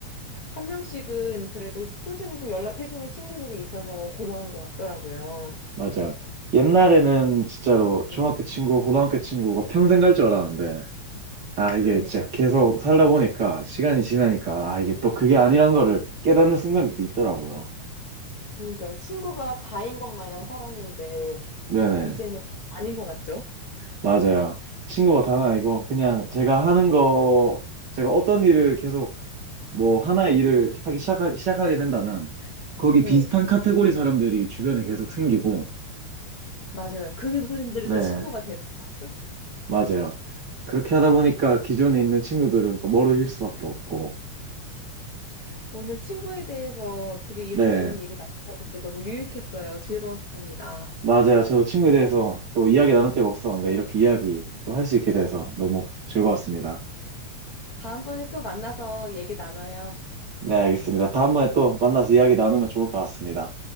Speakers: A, on the left; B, on the right.
A: 한 명씩은 그래도 꾸준히 좀 연락해주는 친구들이 있어서 고마운 것 같더라고요.
B: 맞아요. 옛날에는 진짜로 중학교
A: 네.
B: 친구, 고등학교 친구가 평생 갈 줄 알았는데 아, 이게
A: 그러니까요.
B: 진짜 계속 살다 보니까 시간이 지나니까 아, 이게 또 그게 아니란 거를 깨닫는 순간이 또 있더라고요.
A: 그러니까 친구가 다인 것 마냥 살았는데
B: 네네.
A: 이제는 아닌 것 같죠?
B: 맞아요. 친구가 단 아니고 그냥 제가 하는 거, 제가 어떤 일을 계속 뭐 하나의 일을 하기 시작하, 시작하게 된다면 거기
A: 네,
B: 비슷한 카테고리 사람들이 주변에 계속 생기고
A: 맞아요. 그분들이
B: 네,
A: 또 친구가 되는 것 같죠.
B: 맞아요. 그렇게 하다 보니까 기존에 있는 친구들은 또 멀어질 수밖에 없고
A: 오늘 친구에 대해서 어떻게 이런저런
B: 네.
A: 얘기 나눠봤는데 너무 유익했어요. 즐거웠습니다.
B: 맞아요. 저도 친구에 대해서 또 이야기 나눌 데가 없었는데 이렇게 이야기 또 할 수 있게 돼서 너무 즐거웠습니다.
A: 다음번에 또 만나서 얘기 나눠요.
B: 네, 알겠습니다. 다음번에 또 만나서 이야기 나누면 좋을 것 같습니다.